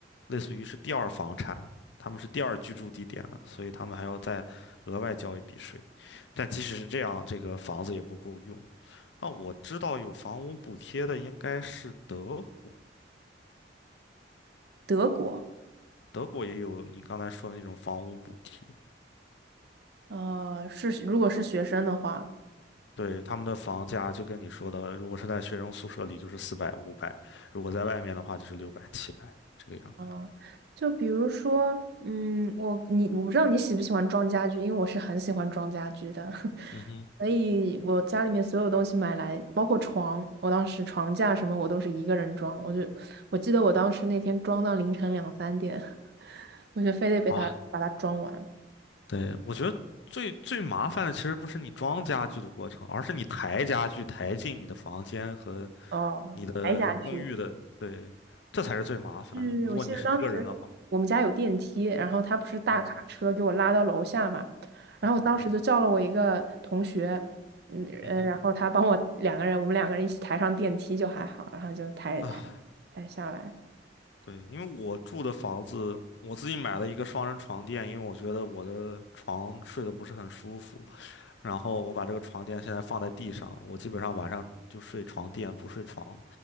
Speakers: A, on the left; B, on the right.
A: 类似于是第二房产，他们是第二居住地点了，所以他们还要再额外交一笔税。但即使是这样，这个房子也不够用。啊，我知道有房屋补贴的应该是德国。
B: 德国，
A: 德国也有你刚才说的那种房屋补贴，
B: 呃，是如果是学生的话。
A: 对，他们的房价就跟你说的，如果是在学生宿舍里就是四百、五百，如果在外面的话就是六百、七百这个样。
B: 啊，就比如说，嗯，我你我不知道你喜不喜欢装家具，因为我是很喜欢装家具的，<laughs>
A: 嗯哼，
B: 所以我家里面所有东西买来，包括床，我当时床架什么我都是一个人装，我就我记得我当时那天装到凌晨两三点，<laughs> 我就非得被他把它装完。
A: 啊，对，我觉得最最麻烦的其实不是你装家具的过程，而是你抬家具抬进你的房间和
B: 哦，
A: 你的公寓的，
B: 白家具。
A: 对，这才是最麻烦的。
B: 嗯，
A: 如果你是一个人的话，
B: 我记得当时我们家有电梯，然后他不是大卡车给我拉到楼下嘛，
A: 哦，
B: 然后我当时就叫了我一个同学，
A: 嗯哼，
B: 嗯呃，
A: 嗯哼。
B: 然后他帮我两个人，我们两个人一起抬上电梯就还好，然后就抬抬
A: 啊，
B: 抬下来。
A: 对，因为我住的房子，我自己买了一个双人床垫，因为我觉得我的床睡得不是很舒服，然后我把这个床垫现在放在地上，我基本上晚上就睡床垫，不睡床。